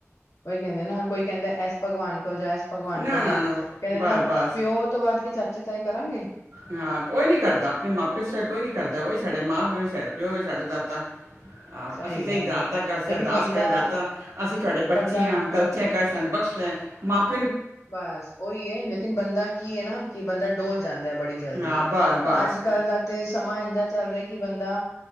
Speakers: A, on the left; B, on the right.
A: ਕੋਈ ਕਹਿਦੇ ਨਾ ਕੋਈ ਕਹਿਦਾ ਏਸ ਭਗਵਾਨ ਕੋਲ ਜਾਂ ਭਗਵਾਨ
B: ਨਾ
A: ਕੋਲ
B: ਨਾ
A: ਜਾ, ਕਹਿਦੇ
B: ਨਾ ਬਸ
A: ਨਾ
B: ਬਸ
A: ਪਿਓ ਤੋ ਵਧ ਕੇ ਚਾਚੇ ਤਾਏ ਇਹ ਕਰਨ ਗੇ।
B: ਹਾਂ ਕੋਈ ਨੀ ਕਰਦਾ ਆਪਣੇ ਮਾਪੇ ਸੀਵਾ ਕੋਈ ਨੀ ਕਰਦਾ, ਏਹੀ ਸਾਡੇ ਮਾਂ ਪਿਓ ਸਾਡੇ ਪਿਓ ਹੇ ਸਾਡਾ ਦਾਤਾ ਆਹ
A: ਸਹੀ
B: ਅਸੀ ਤੇ
A: ਗੱਲ
B: ਦਾਤਾ
A: ਏ
B: ਅਗੇ
A: ਲੇਕਿਨ
B: ਅਰਦਾਸ
A: ਬੰਦਾ,
B: ਕਰ ਦਾਤਾ ਅਸੀ ਤੁਹਾਡੇ ਬੱਚੇ
A: ਬੰਦਾ
B: ਆਂ, ਗਲਤੀਆਂ ਕਰ ਸਨ ਬਖਸ਼ ਲੈ, ਮਾਪ-
A: ਬਸ ਉਹੀ ਹੈ। ਲੇਕਿਨ ਬੰਦਾ ਕੀ ਹੈ। ਨਾ ਕਿ ਬੰਦਾ ਡੋਲ ਜਾਂਦਾ ਬੜੀ ਜਲਦੀ,
B: ਹਾਂ ਬਸ ਬਸ
A: ਅਜ ਕਲ ਦਾ ਤੇ ਸਮਾ ਰਹਦਾ ਚੱਲ ਰਿਹਾ ਕਿ ਬੰਦਾ